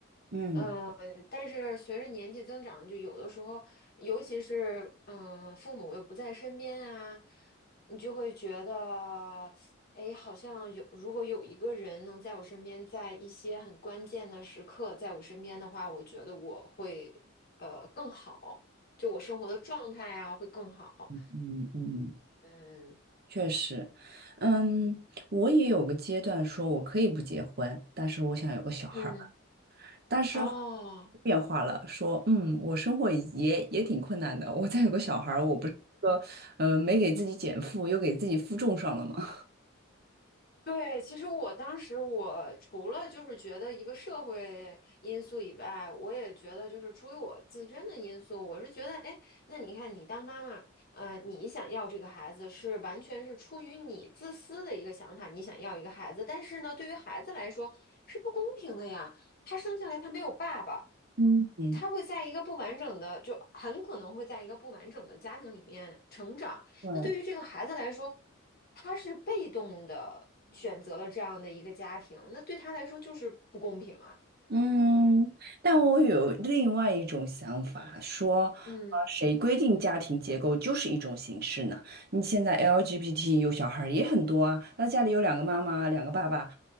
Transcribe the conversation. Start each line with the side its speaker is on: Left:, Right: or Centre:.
Right: 嗯
Left: 嗯，呃但是随着年纪增长，就有的时候，尤其是嗯，呃父母又不在身边啊，你就会觉得，哎，好像有，如果有一个人能在我身边，在一些很关键的时刻在我身边的话，我觉得我会呃更好，就我生活的状态啊会更好。
Right: 嗯嗯，
Left: 嗯
Right: 确实，嗯，我也有个阶段说我可以不结婚，但是我想有个小孩儿。
Left: 嗯，
Right: 但是后
Left: 哦，
Right: 变化了，说嗯，我生活也也挺困难的，我再有个小孩儿，我不是说呃没给自己减负，又给自己负重上了吗？
Left: 对，其实我当时我除了就是觉得一个社会因素以外，我也觉得就是出于我自身的因素，我是觉得，哎，那你看你当妈妈，呃，你想要这个孩子是完全是出于你自私的一个想法，你想要一个孩子，但是呢，对于孩子来说是不公平的呀，他生下来他没有爸爸，
Right: <laughs> 嗯嗯，
Left: 他会在一个不完整的，就很可能会在一个不完整的家庭里面成长。
Right: 对，
Left: 那对于这个孩子来说，他是被动的选择了这样的一个家庭，那对他来说就是不公平啊。
Right: 嗯，但我有另外一种想法，说，
Left: 嗯
Right: 呃，谁规定家庭结构就是一种形式呢？你现在 LGBT 有小孩儿也很多啊，那家里有两个妈妈，两个爸爸，